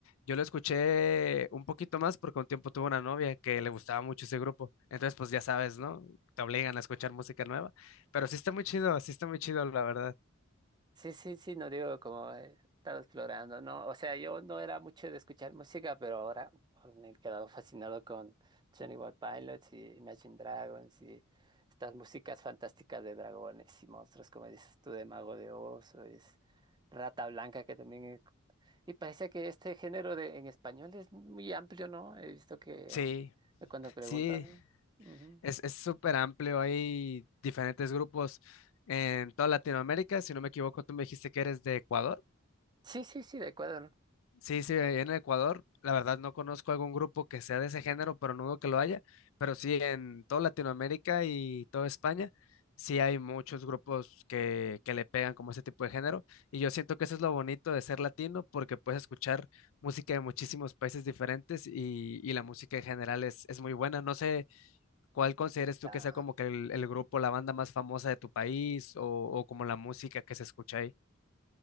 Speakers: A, on the left; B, on the right.
A: Yo lo escuché un poquito más porque un tiempo tuve una novia que le gustaba mucho ese grupo. Entonces, pues ya sabes, ¿no? Te obligan a escuchar música nueva. Pero sí está muy chido, sí está muy chido, la verdad.
B: Sí, sí, sí, no digo como eh, estaba explorando, ¿no? O sea, yo no era mucho de escuchar música, pero ahora pues, me he quedado fascinado con Johnny One Pilots y Imagine Dragons y estas músicas fantásticas de dragones y monstruos, como dices tú, de Mago de Oz, o es Rata Blanca, que también... he- Y parece que este género de, en español es muy amplio, ¿no? He visto que,
A: Sí,
B: que cuando preguntan...
A: sí,
B: ujú.
A: Es, es súper amplio, hay diferentes grupos en toda Latinoamérica. Si no me equivoco, tú me dijiste que eres de Ecuador.
B: Sí, sí, sí, de acuerdo. ¿no?
A: Sí, sí, ahí en Ecuador. La verdad no conozco algún grupo que sea de ese género, pero no dudo que lo haya. Pero sí, en toda Latinoamérica y toda España, sí hay muchos grupos que, que le pegan como ese tipo de género. Y yo siento que eso es lo bonito de ser latino, porque puedes escuchar música de muchísimos países diferentes y, y la música en general es, es muy buena. No sé. ¿Cuál consideras tú
B: Ah.
A: que sea como que el, el grupo, la banda más famosa de tu país o, o como la música que se escucha ahí?